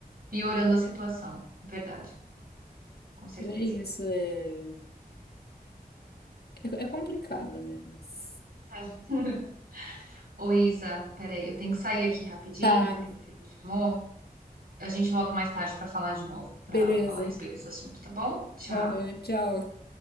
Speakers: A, on the right; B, on the left.
A: piorando a situação. Verdade. com certeza.
B: É isso, é, é, é complicado, né? Mas...
A: É. <laughs> Ô, Isa, peraí, eu tenho que sair aqui rapidinho,
B: Tá,
A: que meu filho me chamou. A gente volta mais tarde para falar de novo, para
B: beleza.
A: falar a respeito desse assunto, tá bom? Tchau.
B: Aham, tchau.